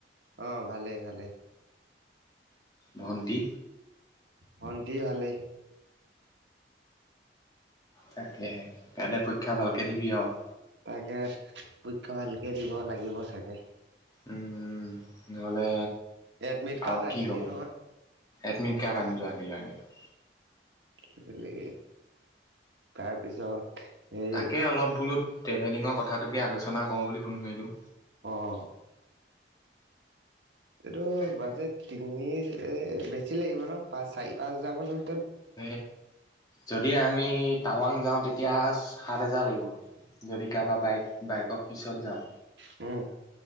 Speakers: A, on the right; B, on the left.
A: অ ভালেই ভালেই,
B: ভন্তি,
A: ভণ্টি ভালেই।
B: তাকেহে কাইলৈ পৰীক্ষা ভালকে দিবি আৰু
A: তাকে পৰিক্ষা ভালকে দিব লাগিব চাগে।
B: উম উ নহলে
A: এডমিট কাৰ্ড
B: আৰু কি
A: আনিলি
B: হব
A: নহয়
B: এডমিট কাৰ্ড আনিলো, আনিলো, আনিলো,
A: কি বুলি তাৰপিছত হেৰি
B: তাকে অলপ বোলো ট্ৰেভেলিঙৰ কথাটোকে আলোচনা কৰো বুলি ফোন মাৰিলো।
A: উম এইটো
B: তাকে
A: বাজেট তিনি বেছি লাগিব ন পাঁচ চাৰি পাঁচ হাজাৰ মান
B: স যদি আমি টাৱাং যাওঁ তেতিয়া সাত হেজাৰ লাগিব যদি কাৰোবা বাইক বাইকৰ পিছত যাওঁ
A: হম